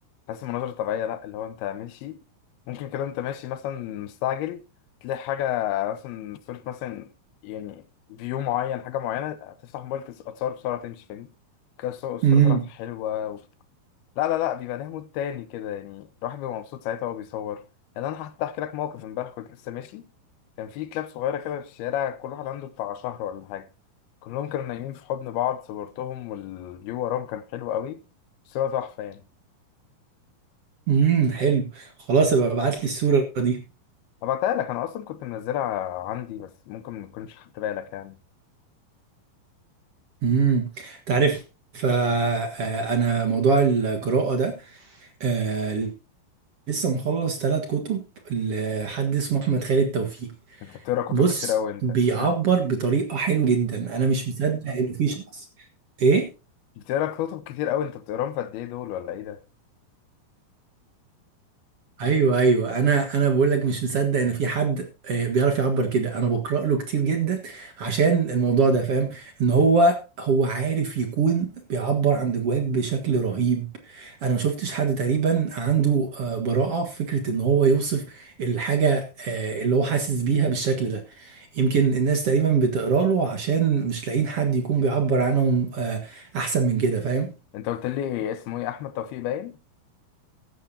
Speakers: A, on the left (about 85°); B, on the right (about 50°).
A: بحس المناظر الطبيعية لأ اللي هو أنت ماشي ممكن كده أنت ماشي مثلا مستعجل تلاقي حاجة مثلا صورة مثلا يعني فيو معين حاجة معينة تفتح موبايلك تتص- تصور بسرعة تمشي فاهم كده الصور الصورة
B: امم
A: طلعت حلوة لا لا لا بيبقى ليه مود تاني كده يعني الواحد بيبقى مبسوط ساعتها وهو بيصور يعني انا حتى احكي لك موقف امبارح كنت لسه ماشي كان في كلاب صغيره كده في الشارع كل واحد عنده بتاع شهر ولا حاجه كلهم كانوا نايمين في حضن بعض صورتهم والفيو وراهم كان حلو قوي صورة تحفه يعني
B: امم حلو خلاص ابقى ابعت لي الصورة دي
A: هبعتها لك انا اصلا كنت منزلها عندي بس ممكن ما تكونش خدت بالك يعني
B: امم تعرف فانا موضوع القراءة ده آه، لسه مخلص ثلاث كتب لحد اسمه احمد خالد توفيق
A: انت بتقرا
B: بص
A: كتب كتير قوي انت
B: بيعبر
A: <laughs>
B: بطريقة حلوة جدا انا مش مصدق ان في شخص ايه
A: بتقرا كتب كتير قوي انت بتقراهم في قد ايه دول ولا ايه ده
B: ايوه ايوه انا انا بقول لك مش مصدق ان في حد آه، بيعرف يعبر كده انا بقرا له كتير جدا عشان الموضوع ده فاهم ان هو هو عارف يكون بيعبر عن جواك بشكل رهيب انا ما شفتش حد تقريبا عنده آه، براءة في فكرة ان هو يوصف الحاجة آه، اللي هو حاسس بيها بالشكل ده يمكن الناس تقريبا بتقرا له عشان مش لاقيين حد يكون بيعبر عنهم آه، احسن من كده فاهم
A: انت قلت لي اسمه ايه احمد توفيق باين